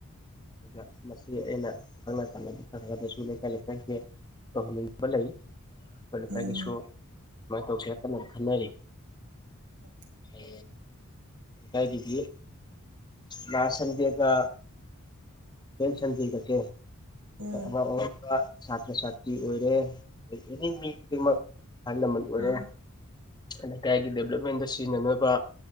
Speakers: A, on the left (about 20°); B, on the right (about 80°).
A: ꯑꯗꯨꯒ ꯃꯁꯤ ꯑꯩꯅ ꯈꯪꯅ ꯁꯥꯟꯅꯕ ꯈꯔꯗꯁꯨ ꯂꯩꯀꯥꯏ ꯂꯩꯀꯥꯏꯈꯤ ꯑꯝꯕ ꯂꯩ ꯑꯩꯈꯣꯏ ꯂꯩꯀꯥꯏꯒꯤꯁꯨ
B: ꯎꯝ
A: ꯁꯃꯥꯏꯅ ꯇꯧꯁꯤ ꯈꯟꯅꯔꯤ
B: ꯎ
A: ꯊ ꯐꯗꯤ ꯥꯏꯒꯤ ꯂꯥꯁ ꯁꯟꯗꯦ ꯁ ꯁꯟꯗꯦ ꯑꯉꯥꯡ
B: ꯎꯝ
A: ꯑꯉꯥꯡꯕ ꯁꯥꯇ꯭ꯔ ꯁꯥꯇ꯭ꯔꯤ ꯑꯣꯏꯔꯦ ꯑꯦꯅꯤ ꯃꯤ ꯈꯨꯗꯤꯡꯃꯛ ꯑꯍꯜ ꯂꯃꯟ ꯑꯣꯏꯔꯦ
B: ꯑꯥ
A: ꯂꯩꯀꯥꯏꯒꯤ ꯗꯦꯕꯂꯞꯃꯦꯟꯗ ꯁꯤꯖꯤꯟꯅꯅꯕ